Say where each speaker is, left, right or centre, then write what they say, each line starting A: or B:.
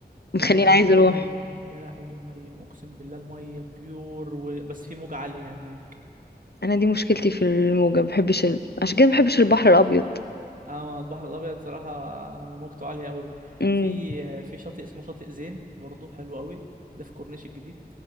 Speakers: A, on the right; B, on the left.
A: يا
B: مخليني
A: لهوي
B: عايزه اروح
A: يا لهوي يا مريم اقسم بالله الميه بيور و... بس في موجة عاليه هناك
B: انا دي مشكلتي في الموجه ما بحبش ال... عشان كده ما بحبش البحر الابيض
A: اه البحر الابيض صراحه موجته عاليه قوي
B: امم
A: في في شاطئ اسمه شاطئ زين برضو حلو قوي ده في كورنيش الجديد